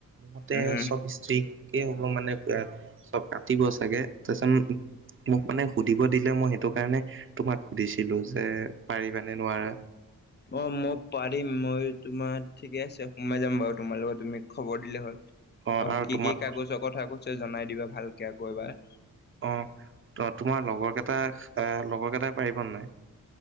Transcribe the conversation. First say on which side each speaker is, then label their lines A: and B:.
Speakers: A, on the right; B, on the left.
A: মতে
B: উম,
A: চব ষ্ট্ৰিকেই হ'ব মানে চব কাটিব চাগে তাৰিছত মোক মানে সুধিব দিলে মই সেইটো কাৰণে তোমাক সুধিছিলো যে পাৰিবানে নোৱাৰা।
B: অ', মই পাৰিম মই তোমাৰ ঠিকে আছে সোমাই যাম বাৰু। তোমাৰ লগত তুমি খবৰ দিলে হ'ল
A: অ
B: আৰু কি-কি
A: তোমাক
B: কাগজৰ কথা কৈছ জনাই দিবা ভালকে আকৌ এবাৰ।
A: অ', তোমাৰ লগৰ কেইটা লগৰ কেইটাই পাৰিবনে নাই?